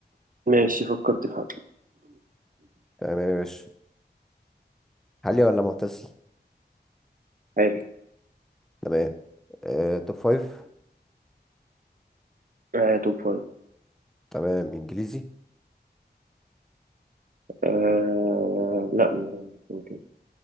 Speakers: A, on the right; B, in the centre.
A: ماشي فكرت في حد
B: تمام يا باشا حالي ولا معتزل
A: حلو
B: تمام أه توب فايف
A: آه توب فايف
B: تمام انجليزي
A: آه لا ممكن